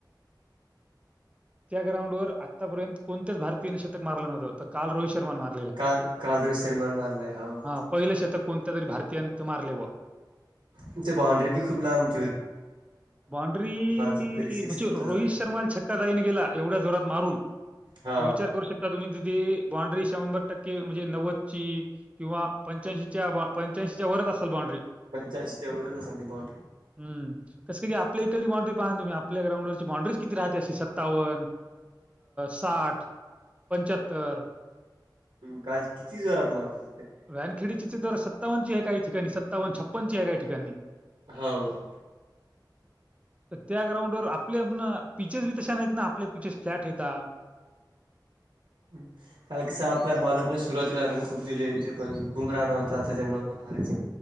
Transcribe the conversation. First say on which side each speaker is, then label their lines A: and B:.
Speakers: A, on the right (about 15°); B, on the right (about 75°).
A: त्या ग्राउंडवर आतापर्यंत कोणत्याच भारतीयानं शतक मारलं नव्हंत. तर काल रोहित शर्मान मारलं.
B: काल, काल रिसेटमध्ये मारलंय. हो.
A: हा पहिलं शतक कोणत्या तरी भारतीयाने त मारलय बुवा.
B: तिथे बॉण्ड्री बी खूप लांब-
A: बॉन्ड्री <unintelligible>
B: होते तरी सिक्स
A: म्हणजे
B: सुद्धा
A: रोहित
B: जात नव्हती
A: शर्माला छक्का जाईन गेला एवढ्या जोरात मारून,
B: हा
A: तर विचार करू शकता, तुम्ही तिथे बॉण्ड्री शंभर टक्के म्हणजे नव्वदची किंवा पंच्याऐंशीच्या वरचं असल बाँंड्री.
B: पंच्याऐंशीच्या वरच असेल ती बॉड्री.
A: हम! कसं की आपली इकडची बॉड्री पाहानं तुम्ही, आपल्या ग्राउंडवरची बॉड्रीच किती राहते अशी सत्तावन साठ, पंच्याहत्तर
B: काल, किती जोरात मारत होते ते
A: व्यानखीडीची तर सत्तावन्ची काही ठिकाणी, सत्तावन, छप्पणची आहे, काही ठिकाणी.
B: हाव.
A: तर त्या ग्राउंड वर आपल्या पणा पिचस बी तशा नाहीत ना, आपल्या पिचस फ्लॅट हेता.
B: हम्. काल कस आपल्या बॉलरने सुरुवातीला रन खूप दिले, ते पण बुमरान होता, त्याच्यामुळे पण हारायचं